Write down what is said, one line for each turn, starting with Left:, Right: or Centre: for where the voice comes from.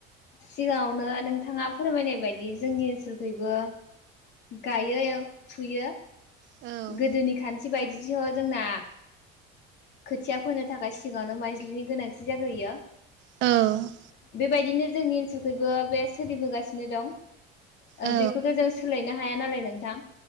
Left: सिगाङावनो नों थाङा फोरमायनाय बायदि जोंनि ओनसोलखैबो गायो फुयो
Right: औ
Left: गोदोनि खान्थि बायदिसोह जोंना खोथिया फोनो थाखाय सिगांनो माइजलिनि गोनांथि जाग्रोयो
Right: औ
Left: बेबायदिनो जोंनि ओनसोलखबो बे सोलिबोगासिनो दं
Right: औ
Left: बेखौथ' जों सोलायनो हायो हाया नालाय नोंथां